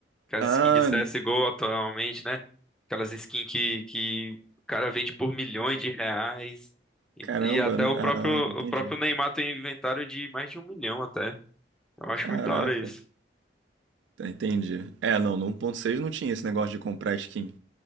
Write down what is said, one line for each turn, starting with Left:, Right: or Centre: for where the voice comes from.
Centre: Aquelas
Right: Ah,
Centre: skins de CSGO atualmente, né? Aquelas skins que, que o cara vende por milhões de reais. E,
Right: caramba.
Centre: e até o
Right: Ah,
Centre: próprio,
Right: entendi.
Centre: o próprio Neymar tem inventário de mais de um milhão até. Eu acho
Right: Caraca.
Centre: muito da hora isso.
Right: Entendi. É, não, no 1.6 não tinha esse negócio de comprar skin.